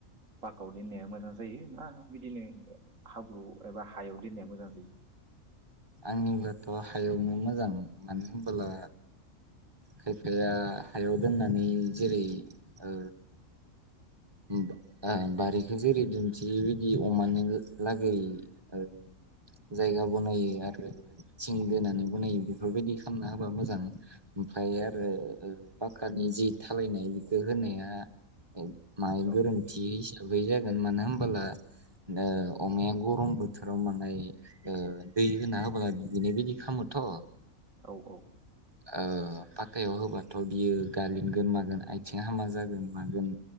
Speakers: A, on the right (about 65°); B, on the right (about 20°).
A: पाकायाव दोननाया मोजां जायो ना बिदिनो हाब्रु एबा हायाव दोननाया मोजां जायो।
B: आंनिब्लाथ' हायावनो मोजां मानो होनबोला खायफाया हायाव दोननानै जेरै ओ बा आ बारिखौ जेरै दुमन्थियै बिदि अमानि लागै ओ जायगा बनायो आरो थिं दोनानै बनायो बेफोरबायदि खालामना होबा मोजां। आमफाय आरो
A: औ
B: ओ सरखारारनि जि थालायनाय बेखौ होनाया औ। माइ
A: औ
B: गोरोन्थि हिसाब दुगैयि जागोन मानो होनबोला ओ अमाया गरम बोथोराव माहाय दै होना होबला दुगैनाय बायदि खालामोथ'
A: औ औ।
B: ओ पाखायाव होबाथ' बियो गालिनगोन मागोन आथिं हामा जागोन मागोन।